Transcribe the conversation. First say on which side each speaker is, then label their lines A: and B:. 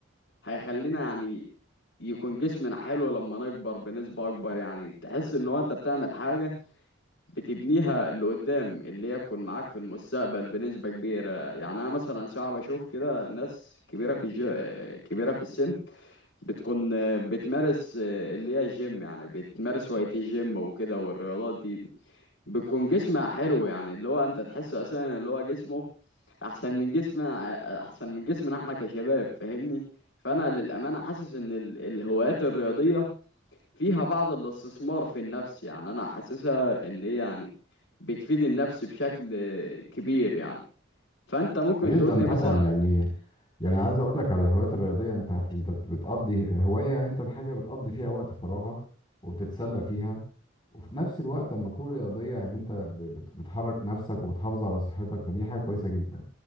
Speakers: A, on the left; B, on the left.
A: هيخلينا يعني يكون جسمنا حلو لما نكبر بنسبة أكبر يعني تحس إن هو أنت بتعمل حاجة بتبنيها لقدام ان هي تكون معاك في المستقبل بنسبة كبيرة يعني انا مثلا ساعات بشوف كده ناس كبيرة في الج... كبيرة في السن بتكون بتمارس اللي هي الجيم يعني بتمارس هواية الجيم وكده والرياضات دي دي بتكون جسمها حلو يعني اللي هو انت تحس اساسا اللي هو جسمه احسن من جسمنا احسن من جسمنا احنا كشباب فاهمني فانا للامانة حاسس ان ال... الهوايات الرياضية فيها بعض الاستثمار في النفس يعني انا حاسسها ان هي يعني بتفيد النفس بشكل كبير يعني فانت ممكن
B: جدا
A: تقول لي
B: طبعا
A: مثلا
B: يعني يعني عايز اقول لك على الهوايات الرياضيه انت انت بتقضي هوايه يعني انت الحاجه بتقضي فيها وقت فراغك وبتتسلى فيها وفي نفس الوقت لما تكون رياضيه يعني انت ب- بت- بتحرك نفسك وبتحافظ على صحتك فدي حاجه كويسه جدا